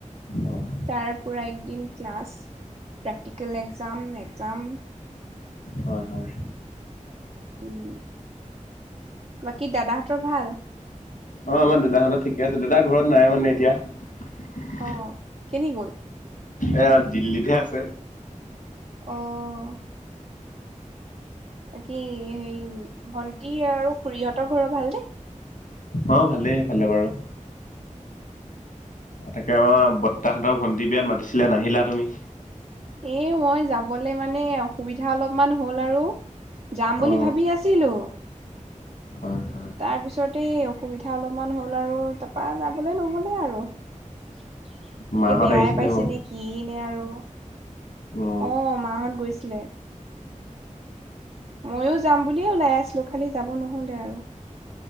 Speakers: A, on the left (about 80°); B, on the right (about 50°).
A: অ'
B: তাৰ পৰা একদিন ক্লাছ প্ৰেক্টিকেল এক্সাম এক্সাম
A: হয় হয়
B: উম বাকী দাদাহঁতৰ ভাল
A: অহ আমাৰ দাদাহঁতৰ ঠিকে আছে দাদা ঘৰত নাই মানে এতিয়া
B: অহ কেনি গ'ল
A: এয়া দিল্লীতহে আছে
B: অহ বাকী হেৰি ভন্টি আৰু খুৰীহঁতৰ ঘৰৰ ভাল নে
A: অহ ভালেই এইফালে বাৰু তাকে আমাৰ বৰ্তাহঁতৰ ভন্টি বিয়াত মাতিছিলে নাহিলা তুমি
B: এই মই যাবলে মানে অসুবিধা অলপমান হ'ল আৰু যাম বুলি
A: অ
B: ভাবি আছিলো
A: হয় হয়
B: তাৰ পিছতে অসুবিধা অলপমান হ'ল আৰু তাৰপা যাবলে নহলে আৰু তাকে
A: মাহঁত
B: বেয়াই
A: আহিছিলে
B: পাইছে
A: বাৰু
B: নে কি নে আৰু
A: অ
B: অহ মা হ'ত গৈছিলে ময়ো যাম বুলিয়ে ওলাই আছিলো খালি যাব নহলে আৰু